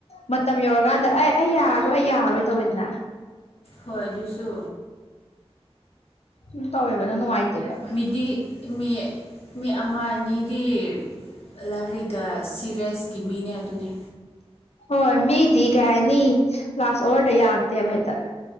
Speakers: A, on the left; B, on the left.
A: ꯃꯇꯝ ꯌꯧꯔꯀꯥꯟꯗ ꯑꯦ ꯑꯩ ꯌꯥꯔꯣꯏ ꯑꯩ ꯌꯥꯔꯣꯏ ꯇꯧꯋꯦꯗꯅ
B: ꯍꯣꯏ ꯑꯗꯨꯁꯨ
A: ꯑꯗꯨꯝ ꯇꯧꯋꯦꯕ ꯑꯗꯨꯅ ꯅꯨꯡꯉꯥꯏꯇꯦꯕ
B: ꯃꯤꯗꯤ ꯃꯤ ꯃꯤ ꯑꯃ ꯑꯅꯤꯗꯤ ꯂꯥꯏꯔꯤꯛ ꯇ ꯁꯤꯔꯁꯀꯤ ꯃꯤꯅꯦ ꯑꯗꯨꯅꯦ
A: ꯍꯣꯏ ꯃꯤꯗꯤ ꯀꯩ ꯍꯥꯏꯅꯤ ꯂꯥꯁ ꯑꯋꯥꯔꯗ ꯌꯥꯔꯀꯇꯦꯕ ꯍꯦꯛꯇꯥ